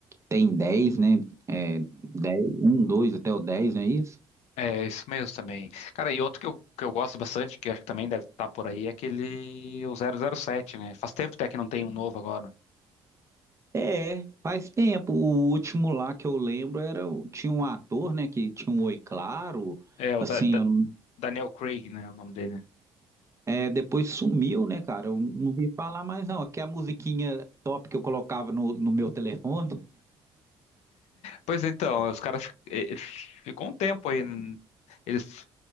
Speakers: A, on the right (about 25°); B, on the left (about 75°).
A: tem dez né, é, dez um dois até o dez não é isso?
B: É, isso mesmo também. Cara, e outro que eu, que eu gosto bastante, que acho que também deve estar por aí, é aquele o zero zero sete, né? Faz tempo até que não tem um novo agora.
A: É, faz tempo. O último lá que eu lembro era o- tinha um ator, né, que tinha um Oi Claro,
B: É, o
A: assim,
B: da, da-
A: eu não-
B: Daniel Craig, né? O nome dele.
A: é, depois sumiu, né, cara? Eu não vi falar mais não. Que a musiquinha top que eu colocava no, no meu telefone.
B: Pois então, os caras fi- eh, ficou um tempo aí. n- Eles.